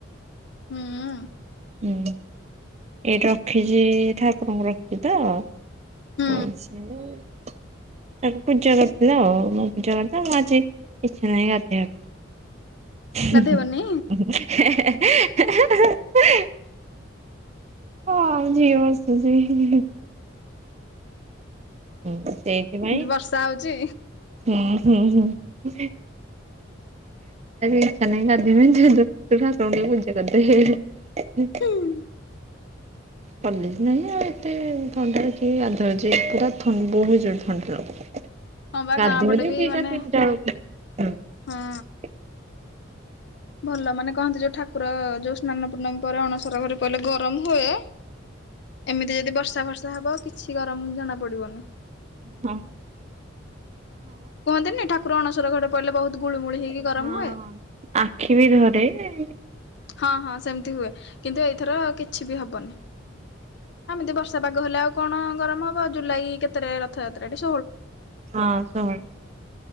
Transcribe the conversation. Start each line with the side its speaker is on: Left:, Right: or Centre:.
Left: ହଁ।
Right: ହୁଁ, ଏଇିଠି ରଖିଚି ଠାକୁରଙ୍କୁ ରଖିଚି ତ। ଆ
Left: ହୁଁ
Right: ସେ ତାକୁ ପୂଜା କରିଦେଲା ଆଉ ମୋ ପୂଜା <unintelligible> ଆଜି ଇଛା ନାଁହି ଗାଧେଇ ବାକୁ ହିଁ
Left: ଗାଧେଇବନି
Right: ହିଁ ହା ହା। ହେ ହେ ହେ। ହଁ ଯିଏ ହସୁଛି ହିଁ। ହଁ ସେଇଥିପାଇଁ
Left: ବର୍ଷା ହଉଛି।
Right: ହୁଁ ହୁଁ ହୁଁ। ହଁ ହୁଁ। <unintelligible> ଇଚ୍ଛା ନାହିଁ ଗାଧେଇବାକୁ <unintelligible>
Left: ହୁଁ।
Right: ପଲି ନାହିଁ ଆଉ ଏତେ ଥଣ୍ଡା ରେ କିଏ ଗାଧୋଉଛି ପୁରା ଥ ବହୁତ ଜୋର ଥଣ୍ଡା ଲାଗୁଥାଏ।
Left: ହଁ ବା
Right: ଗାଧିବ
Left: ଗାଁ ପଟେ
Right: ଦିଟା
Left: ବି ମାନେ
Right: ତିନିଟା ବେଳକୁ, ହୁଁ।
Left: ହଁ ଭଲ ମାନେ କହନ୍ତି ଯୋଉ ଠାକୁର ଯୋଉ ସ୍ନାନ ପୂର୍ଣ୍ଣମୀ ପରେ ଅଣସର ଘରେ ପଡିଲେ ଗରମ ହୁଏ ଏମିତି ଯଦି ବର୍ଷା ବର୍ଷା ହବ କିଛି ଗରମ ଜଣା ପଡିବନି।
Right: ହ।
Left: କୁହନ୍ତିନି ଠାକୁର ଅଣସର ଘରେ ପଡ଼ିଲେ ବହୁତ ଗୁଳିୁମୁଳି ହେଇକି
Right: ହଁ
Left: ଗରମ ହୁଏ।
Right: ଆଖି ବି ଧରେ-ଏ-ଏ।
Left: ହଁ ହଁ ସେମିତି ହୁଏ। କିନ୍ତୁ ଏଇଥର କିଛି ବି ହବନି। ଏମିତି ବର୍ଷା ପାଗ ହେଲେ ଆଉ କଣ ଗରମ ହବ ଜୁଲାଇ କେତେରେ ରଥଯାତ୍ରା ଟ
Right: ହଁ ଶର